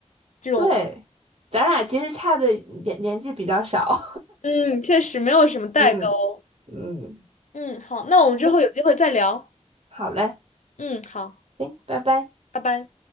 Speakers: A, on the left; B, on the right.
A: 这种。
B: 对，咱俩其实差的年年纪比较少。
A: 嗯，确实没有什么代沟。
B: <laughs> 嗯嗯，
A: 嗯，好，那我们之后有机会再聊。
B: 行，好嘞，
A: 嗯，好，
B: 行，拜拜。
A: 拜拜。